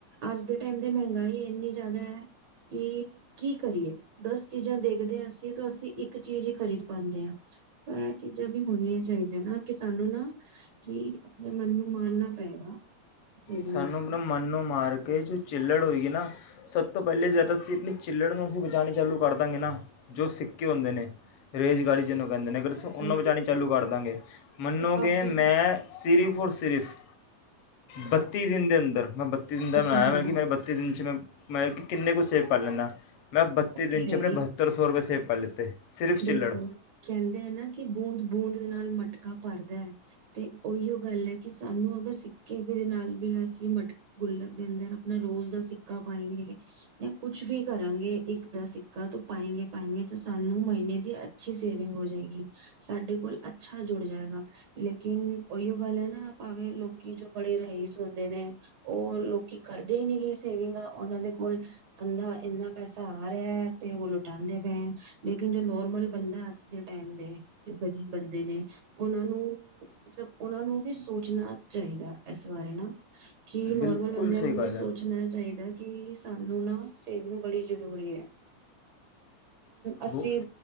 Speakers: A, on the right; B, on the left.
A: ਅੱਜ ਦੇ ਟਾਈਮ ਦੇ ਮਹਿੰਗਾਈ ਇੰਨੀ ਜ਼ਿਆਦਾ ਐ ਕਿ ਕੀ ਕਰੀਏ। ਦਸ ਚੀਜ਼ਾਂ ਦੇਖਦੇ ਆ ਅਸੀਂ ਤੋ ਅਸੀਂ ਇੱਕ ਚੀਜ਼ ਹੀ ਖਰੀਦ ਪਾਂਦੇ ਆਂ। ਏਹ ਚੀਜ਼ਾਂ ਵੀ ਹੋਣੀਆਂ ਚਾਈਦੀਆਂ ਨਾ ਕਿ ਸਾਨੂੰ ਨਾ, ਕਿ ਆਪਣੇ ਮਨ ਨੂੰ ਮਾਰਨਾ ਪਏਗਾ। ਸੇਵਿੰਗ
B: ਸਾਨੂੰ
A: ਵਾਸਤੇ
B: ਆਪਣਾ ਮਨ ਨੂੰ ਮਾਰ ਕੇ ਜੋ ਚਿੱੱਲੜ ਹੋਵੇਗੀ ਨਾ ਸਭ ਤੋਂ ਪਹਿਲੇ ਜਦ ਅਸੀਂ ਆਪਣੀ ਚਿਲੜ ਨੂੰ ਅਸੀਂ ਬਚਾਣੀ ਚਾਲੂ ਕਰ ਦਾਂਗੇ ਨਾ। ਜੋ ਸਿੱਕੇ ਹੁੰਦੇ ਨੇ ਰੇਜ਼ ਗਾੜੀ ਜਿਹਨੂੰ ਪੈਂਦੇ ਨੇ ਅਗਰ ਅਸੀਂ ਉਹਨੂੰ
A: ਹਾਂਜੀ
B: ਬਚਾਣੀ ਚਾਲੂ ਕਰ ਦਾਂਗੇ। ਮੰਨੋਗੇ
A: ਤਾਂ ਕਾਫੀ
B: ਮੈਂ ਸਿਰੀਫ ਔਰ ਸਿਰਿਫ ਬਚ ਤੀਹ ਦਿਨ ਦੇ ਅੰਦਰ ਮੈਂ ਬਤ ਤੀ ਦਿਨ ਦਾ
A: ਉਹ
B: ਮੈਂ
A: ਤੇ
B: ਏਹ
A: ਹੈ
B: ਵੈ
A: ਨੀ
B: ਕਿ ਮੈਂ ਬੱਤੀ ਦਿਨ ਚ ਮੈਂ ਮਲ ਕਿ ਕਿੰਨੇ ਕੁ ਸੇਵ ਕਰ ਲੈਂਨਾਂ। ਮੈਂ ਆਪ ਬੱਤੀ
A: ਉਹ
B: ਦਿਨ
A: ਤੇ
B: ਚ
A: ਹੈ
B: ਆਪਣੇ
A: ਹੀ
B: ਬਹੱਤਰ ਸੌ ਰੁਪਏ ਸੇਵ ਪਲ ਲਿੱਤੇ ਸਿਰਫ
A: ਦੇਖੋ
B: ਚਿੱਲੜ
A: ਕੈਂਦੇਂ ਐ ਨਾ ਕਿ ਬੂੰਦ ਬੂੰਦ ਦੇ ਨਾਲ ਮਟਕ ਕਾ ਭਰਦਾ ਐ। ਤੇ ਉਈਓ ਗੱਲ ਐ ਕਿ ਸਾਨੂੰ ਅਗਰ ਸਿੱਕੇ ਵੀ ਦੇ ਨਾਲ ਵੀ ਅਸੀਂ ਮਟ ਗੁੱਲਕ ਦੇ ਅੰਦਰ ਆਪਣੇ ਰੋਜ਼ ਦਾ ਸਿੱਕਾ ਪਾਏਂਗੇ ਯਾਂ ਕੁਛ ਵੀ ਕਰਾਂਗੇ ਇੱਕ ਦਾ ਸਿੱਕਾ ਤੋ ਪਾਏਂਗੇ ਪਾਏਂਗੇ ਤਾਂ ਸਾਨੂੰ ਮਹੀਨੇ ਦੀ ਅੱਛੀ ਸੇਵਿੰਗ ਹੋ ਜਏਗੀ। ਸਾਡੇ ਕੋਲ ਅ ਅੱਛਾ ਜੁੜ ਜਏਗਾ। ਲੇਕਿਨ ਉਈਓ ਗੱਲ ਐ, ਨਾ ਭਾਵੇਂ ਲੋਕੀ ਜੋ ਬੜੇ ਰਹੀਸ ਹੋਂਦੇ ਨੇ, ਉਹ ਲੋਕੀ ਕਰਦੇ ਨੀ ਗੇ ਸੇਵਿੰਗਾਂ ਉਹਨਾਂ ਦੇ ਕੋਲ ਅੰਧ੍ਹਾ ਇੰਨਾ ਪੈਸਾ ਆ ਰਿਆ ਐ ਤੇ ਓਹ ਲੁਟਾਦੇ ਪਏਂ ਐ। ਲੇਕਿਨ ਜੋ ਨੋਰਮਲ ਬੰਦਾ ਐ, ਅੱਜ ਦੇ ਟਾਈਮ ਦੇ ਜੋ ਗ਼ਰੀਬ ਬੰਦੇ ਨੇ। ਉਹਨਾਂ ਨੂੰ ਮਤਲਬ, ਉਹਨਾਂ ਨੂੰ ਵੀ ਸੋਚਣਾ ਚਾਈਦੈ, ਇਸ ਬਾਰੇ ਨਾ। ਕਿ ਨੋਰਮਲ
B: ਬਿਲਕੁਲ
A: ਬੰਦਿਆਂ
B: ਸਹੀ
A: ਨੂੰ
B: ਗੱਲ
A: ਵੀ ਸੋਚਣਾ
B: ਹੈ
A: ਚਾਹੀਦਾ ਕਿ ਸ ਸਾਨੂੰ ਨਾ ਸੇਵਿੰਗ ਬੜੀ ਜ਼ਰੂਰੀ ਐ। ਅਸੀਂ,
B: ਬਹੁ